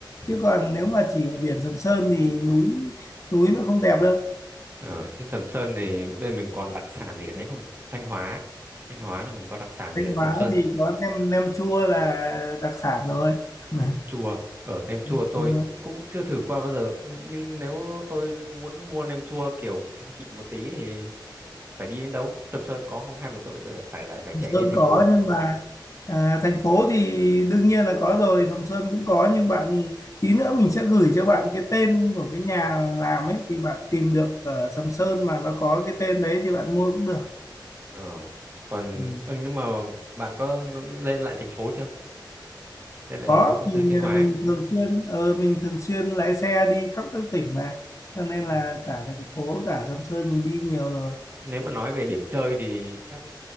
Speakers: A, on the left; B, on the right.
A: chứ còn nếu mà chỉ ở biển Sầm Sơn thì núi núi nó không đẹp đâu
B: ở trên Sầm Sơn thì bên mình còn đặc sản gì ở đấy không Thanh Hóa Thanh Hóa là mình có đặc sản gì
A: Thanh
B: ở Sầm
A: Hóa
B: Sơn
A: thì có nem nem chua là đặc sản rồi <laughs>
B: nem chua ở nem chua
A: Nem
B: tôi
A: chua.
B: cũng chưa thử qua bao giờ nhưng nếu tôi muốn mua nem chua kiểu xịn xịn một tí thì phải đi đến đâu Sầm Sơn có không hay phải tôi phải lại phải
A: Sầm
B: chạy
A: Sơn
B: lên thành
A: có
B: phố
A: nhưng mà à, thành phố thì đương nhiên là có rồi Sầm Sơn cũng có nhưng bạn tí nữa mình sẽ gửi cho bạn cái tên của cái nhà làm ấy thì bạn tìm được ở Sầm Sơn mà nó có cái tên đấy thì bạn mua cũng được
B: Ờ. Còn
A: Ừ.
B: ừ, nhưng mà bạn có lên lại thành phố chưa? Lên lại
A: có
B: thành phố
A: mình
B: Thanh Thanh Hóa
A: mình
B: ấy.
A: thường xuyên ờ, mình thường xuyên lái xe đi khắp các tỉnh mà cho nên
B: Ừ.
A: là cả thành phố cả Sầm Sơn mình đi nhiều rồi
B: Nếu mà nói về điểm chơi thì chắc